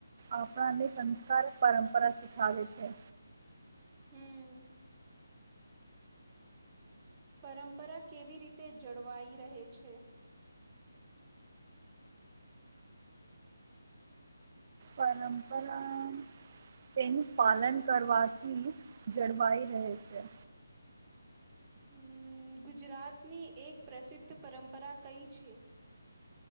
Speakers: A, on the right (about 45°); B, on the right (about 25°).
A: આપણાને સંસ્કાર પરંપરા શીખાવે છે.
B: હં, પરંપરા કેવી રીતે જળવાઈ રહે છે?
A: પરંપરા તેનું પાલન કરવાથી જળવાઈ રહે છે.
B: હં, ગુજરાતની એક પ્રસિદ્ધ પરંપરા કઈ છે?